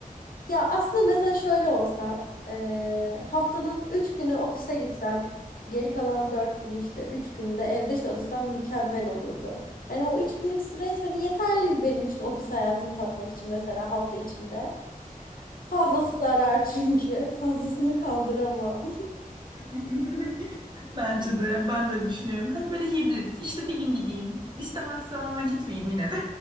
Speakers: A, on the left; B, on the right.
A: ya aslında mesela şöyle olsa eee, haftanın 3 günü ofise gitsem geri kalan 4 gün işte 3 günde evde çalışsam mükemmel olurdu. Yani o 3 günlük süreç hani yeterli benim için ofis hayatını tatmak için mesela hafta içinde. Fazlası zarar çünkü. Fazlasını kaldıramam.
B: <laughs> Bence de yani ben de öyle düşünüyorum. Hani böyle hibrit işte bir gün gideyim istemezsem ama gitmeyeyim yine de